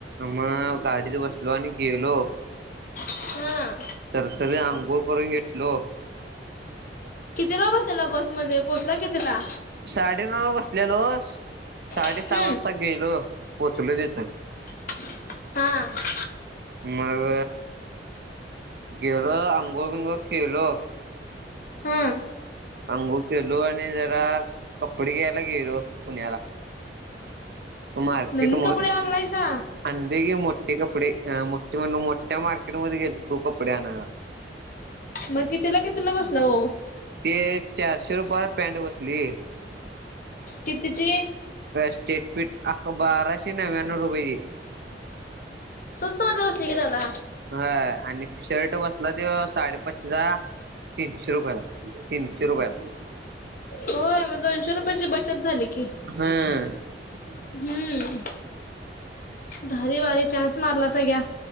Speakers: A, on the right (about 60°); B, on the left (about 50°).
A: मग गाडीत बसलो आणि गेलो.
B: हा
A: तरतरी अंघोळ करून घेतलो.
B: कितीला बसलेला बस मध्ये पोहोचला कितीला?
A: साडेनऊला बसलेलोस साडे
B: हम्म
A: सहा वाजता गेलो पोहोचलो तिथं.
B: हा.
A: मग गेलो अंंगोळ बिंगोळ केलो.
B: हम्म.
A: आंघुळ केेलो आणि जरा कपडे घ्यायला गेलो पुण्याला. मार्केट
B: नविन कपडे आणलायसा.
A: आणले की मोठे कपडे हा मोठे म्हणुन मोठ्या मार्केटमध्ये गेलतो कपडे आणायला.
B: मगं कितीला कितीला बसला ओ?
A: ते चारशे रुपयाला पॅन्ट बसली.
B: कितीची
A: स्टेट फीट आख बाराशे नव्याण्णव रुपयाची.
B: स्वस्थ मध्ये बसली की दादा.
A: ह आणि शर्ट बसला ते साडेपाचशेचा तीनशे रुपयाला. तीनशे रुपयला.
B: होय दोनशे रुपयाची बचत झाली की.
A: हम्म.
B: हम्म. भारी भारी चान्स मारलासा घ्या